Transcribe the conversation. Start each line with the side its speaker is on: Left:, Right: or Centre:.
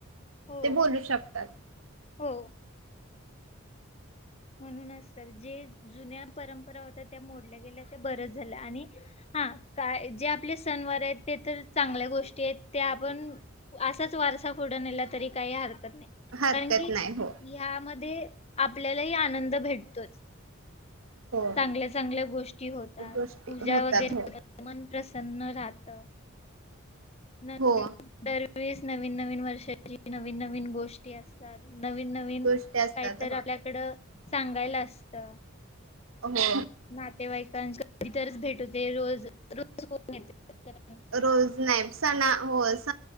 Left: हो
Right: ते बोलू शकतात.
Left: हो म्हणूनच तर जे जुन्या परंपरा होत्या त्या मोडल्या गेल्या ते बरच झाल्या आणि हा काय जे आपले सणवार आहेत ते तर चांगल्या गोष्टी आहेत, त्या आपण आसच वारसा फुढं नेला तरी काही हरकत नाही
Right: हरकत
Left: कारण की
Right: नाही हो
Left: याम दे आपल्या तही आनंद भेटतोच
Right: हो
Left: चांगल्या चांगल्या गोष्टी होतात,
Right: गोष्टी
Left: पूजा
Right: होतात
Left: वगैरे
Right: हो
Left: होतात मन प्रस सन्न राहत. <unintelligible>
Right: हो
Left: वीस नवीन नवीन वर्षाची नवीन नवीन गोष्टी असतात. नवीन नवीन
Right: गोष्टी असतात
Left: काही तर
Right: हो
Left: आपल्याकडं सांगायला अस त
Right: अ हो.
Left: नातेवाईकांच कधी तरच भेट होते रोज रोज होत नाई <unintelligible>
Right: रोज नाई सणा हो स